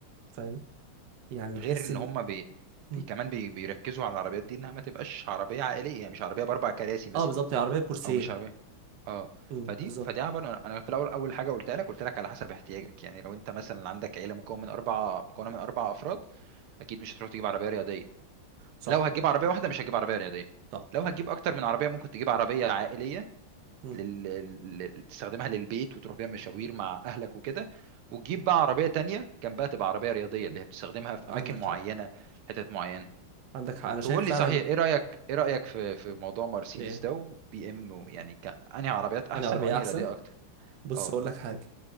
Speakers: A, on the right; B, on the right.
A: فاهم يعني
B: غير
A: تحس
B: ان
A: ان
B: هم بي...
A: م.
B: بي كمان بي... بيركزوا على العربيات دي انها ما تبقاش عربيه عائليه يعني مش عربيه باربع كراسي مثلا
A: اه بالظبط هي عربيه بورسين
B: او مش عربيه اه
A: م،
B: فدي
A: بالظبط
B: فدي عبارة انا أنا في الاول اول حاجه قلت لك قلت لك على حسب احتياجك يعني لو انت مثلا عندك عيله مكونه من اربعه مكونه من اربع افراد اكيد مش هتروح تجيب عربيه رياضيه
A: صح
B: لو هتجيب عربيه واحده مش هتجيب عربيه رياضيه
A: صح
B: لو هتجيب
A: صح
B: اكتر من عربيه ممكن تجيب عربيه عائليه
A: م.
B: لل... لل... تستخدمها للبيت وتروح بيها مشاوير مع اهلك وكده وتجيب بقى عربيه تانية جنبها تبقى عربيه رياضيه اللي هي بتستخدمها في
A: عندك
B: اماكن معينه
A: حق
B: حتت معينه
A: عندك حق انا شايف
B: تقول
A: فعلا
B: لي صحيح ايه رايك ايه رايك في في موضوع مرسيدس
A: ايه
B: ده وبي ام يعني ك- انهي عربيات احسن
A: انا عربيه
B: وانهي
A: احسن
B: رياضيه اكتر
A: بص
B: اه
A: هقول لك حاجه